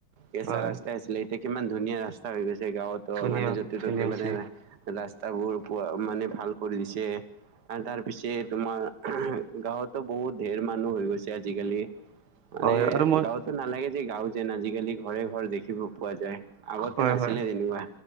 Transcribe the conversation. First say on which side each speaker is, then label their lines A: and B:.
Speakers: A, on the right; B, on the right.
A: কেঁচা
B: হয়,
A: ৰাস্তা আছিলে। এতিয়া কিমান ধুনীয়া ৰাস্তা হৈ গৈছে। যে গাঁৱতো
B: ধুনীয়া
A: মানে য'তে
B: ধুনীয়া
A: ত'তে
B: হৈছে
A: মানে ৰাস্তাবোৰ পোৱা মানে ভাল কৰি দিছে। আৰু তাৰ পিছে তোমাৰ গাঁৱতো বহুত ধঢেৰ মানুহ হৈ গৈছে আজিকালি। মানে
B: হয় আৰু মই
A: গাঁৱতো নালাগে যে গাঁও যেন আজিকালি ঘৰে ঘৰ দেখিব পোৱা যায়। আগতে
B: হয়
A: নাছিলে
B: হয়
A: যেনিবা